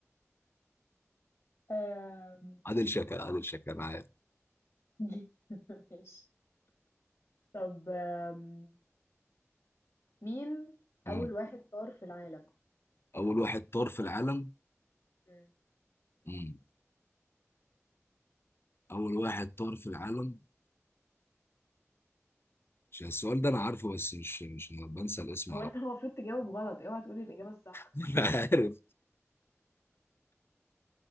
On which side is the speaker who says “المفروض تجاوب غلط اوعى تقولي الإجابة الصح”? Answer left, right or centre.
Left